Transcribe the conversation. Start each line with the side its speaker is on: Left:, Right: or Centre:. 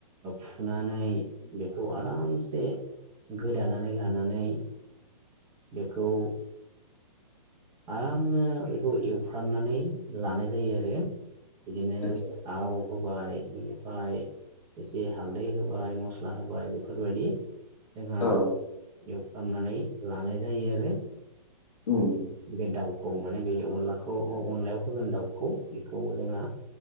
Right: फुनानै बेखौ आराम से गोदानानै लानानै बेखौ आरामनो बेखौ एवफ्रामनानै लानाय जायो आरो बिदिनो
Left: आतसा
Right: थाव। होबाय बिनिफ्राय एसे हालदै होबाय मस्ला होबाय बेफोरबायदि। जोंहा
Left: औ
Right: एवफ्रामनानै लानाय जायो आरो।
Left: उम ।
Right: बे दाउखौ माने बे अनलाखौ अ अनलायाव होगोन दाउखौ बेखौ जोंहा